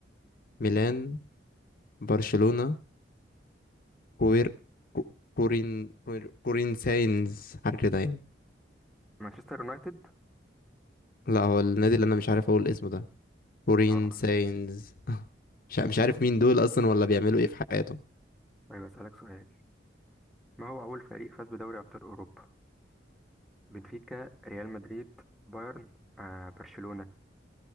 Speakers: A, on the left; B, in the centre.
A: ميلان برشلونة كوير كو- كورين كورين كورين ساينز حاجة كده يعني
B: مانشستر يونايتد
A: لا هو النادي اللي أنا مش عارف أقول اسمه ده كورين
B: اه
A: ساينز <laughs> مش
B: تمام
A: ع- مش عارف مين دول أصلا ولا بيعملوا إيه في حياتهم
B: طيب أسألك سؤال ما هو أول فريق فاز بدوري أبطال أوروبا بنفيكا ريال مدريد بايرن آه برشلونة